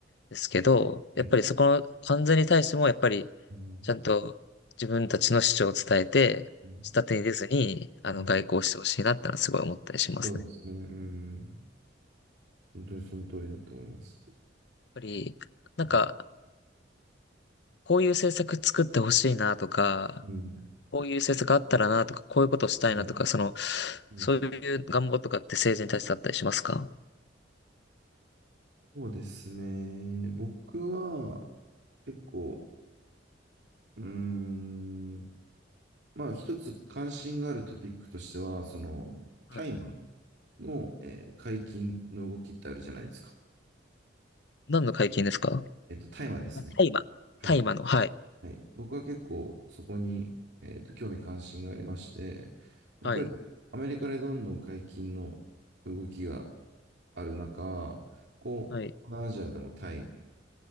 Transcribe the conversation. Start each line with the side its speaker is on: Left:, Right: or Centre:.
Left: ですけど、やっぱりそこの関税に対しても、
Right: はい。
Left: やっぱり、
Right: うん。
Left: ちゃんと自分たちの主張を伝えて、
Right: うん。
Left: 下手に出ずに、あの、
Right: うん
Left: 外交してほしいなってのはすごい思ったりしますね。
Right: そうですね。
Left: やっ
Right: うん。本当にその通りだと思います。
Left: ぱり、なんか、
Right: うん。
Left: こういう政策作ってほしいなとか、
Right: うん。
Left: こういう政策あったらなとか、こういうことしたいなとか、
Right: うん
Left: その、
Right: うん
Left: そういう願望とかって政治に対してあったりしますか
Right: そうですね。僕は結構、うーん。まあ一つ関心があるトピックとしては、その、タイマー。
Left: はい。
Right: の、えー解禁の動きってあるじゃないですか。
Left: 何の解禁ですか
Right: えっと、大麻ですね。
Left: あ大麻。
Right: はい。
Left: 大麻の、はい。
Right: はい。僕は結構そこに、えっと、興味関心がありまして、やっぱりアメリカでどんどん解禁の動きが
Left: はい。
Right: ある中、こう、
Left: はい。
Right: 東南アジアでもタイ